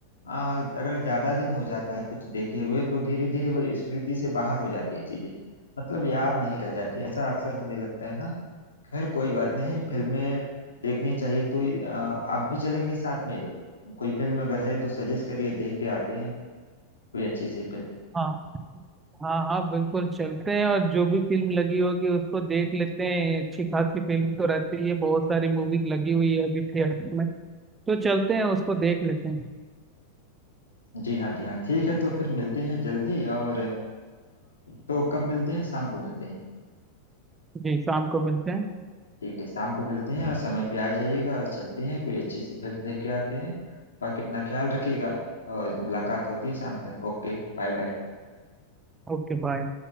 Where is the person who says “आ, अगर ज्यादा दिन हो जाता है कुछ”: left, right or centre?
Left